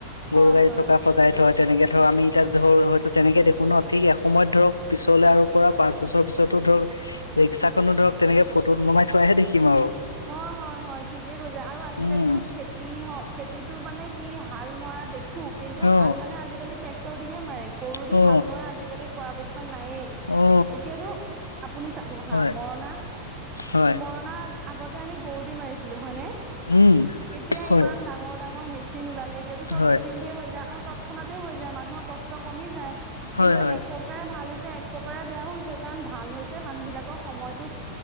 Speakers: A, on the left; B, on the right.
A: গৰু
B: হয়,
A: গাড়ী
B: হয়।
A: চকা সজাই থোৱা, তেনেকে ধৰক আমি এতিয়া ধৰ হয়তো তেনেকে দেখো ন ঠিক এসময়ত ধৰক পিছলে আৰু পৰা পাঁচ বছৰ পিছতো ধৰক ৰিক্সাখনো ধৰক তেনেকে ফটোত ওলমাই থোৱাইাহে দেখিম আৰু
B: হয় হয় হয় ঠিকেই কৈছে, আৰু আজিকালিতো
A: উম
B: খে যিহক খেতিতটো মানে কি হাল মৰা দেখ ঠো কিন্তু
A: অ
B: হাল মানে আজিকালি ট্ৰেক্টৰ দিহে মাৰে গৰু দি
A: অ
B: হাল মৰা আজিকালি পৰাপক্ষত নায়েই
A: অ
B: এতিয়াতো আপুনি চাব হা,
A: হয়
B: মৰণা,
A: হয়
B: মৰণা আগতে আমি গৰু দি মাৰিছিলো হয় নে?
A: উম
B: এতিয়া
A: হয়
B: ইমান ডাঙৰ-ডাঙৰ মেচ মেচিন ওলালে এতিয়াতো চব
A: হয়
B: মেচিন দিয়ে হৈ যায়, আৰু তৎক্ষণাতেই হৈ যায় মানুহৰ কষ্ট কমি যায়।
A: হয়
B: কিন্তু
A: হয়
B: এক প্ৰক প্ৰকাৰে ভাল হৈছে এক প্ৰকাৰে বেয়াও হৈছে কাৰণ ভাল হৈছে মানুহ বিলাকৰ সময়তো